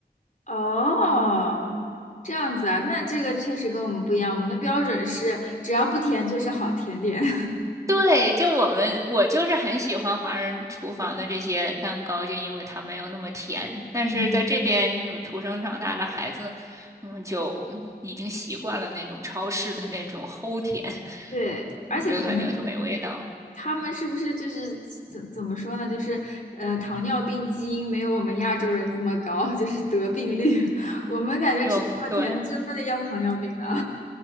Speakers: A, on the left (about 50°); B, on the right (about 20°).
A: 哦，这样子啊，那这个确实跟我们不一样，我们的标准是只要不甜就是好甜点。<laughs>
B: 对，就我们，我就是很喜欢华人厨房的这些蛋糕，就因为它没有那么甜。但是在这边就出生长大的孩子，
A: 嗯
B: 嗯，就已经习惯了那种超市的那种齁甜，<laughs>
A: 对，而且可能
B: 我觉得感觉就没味道。
A: 他们是不是就是怎怎么说呢？
B: 嗯，
A: 就是呃，糖尿病基因没有我们亚洲人这么高，<laughs> 就是得病率。<laughs> 我们感觉吃这么甜，
B: 有，对。
A: 真的要糖尿病的。<laughs>